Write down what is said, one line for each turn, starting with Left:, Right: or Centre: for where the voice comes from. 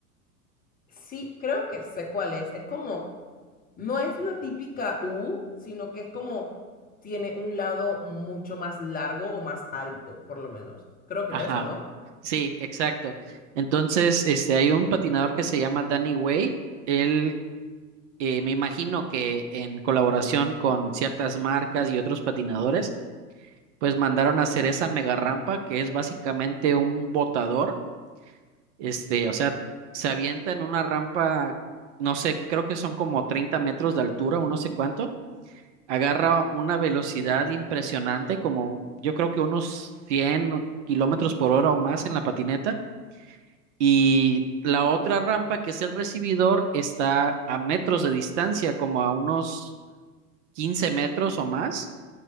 Left: Sí, creo que sé cuál es. Es como No es la típica U, sino que es como tiene un lado mucho más largo o más alto, por lo menos. Creo que
Right: Ajá,
Left: es eso, ¿no?
Right: sí, exacto. Entonces, este, hay un patinador que se llama Danny Way. Él, eh, me imagino que en colaboración con ciertas marcas y otros patinadores, pues mandaron a hacer esa mega rampa que es básicamente un botador. Este, o sea, se avienta en una rampa, no sé, creo que son como 30 metros de altura, o no sé cuánto agarra una velocidad impresionante, como yo creo que unos 100 kilómetros por hora o más en la patineta. Y la otra rampa, que es el recibidor, está a metros de distancia, como a unos 15 metros o más.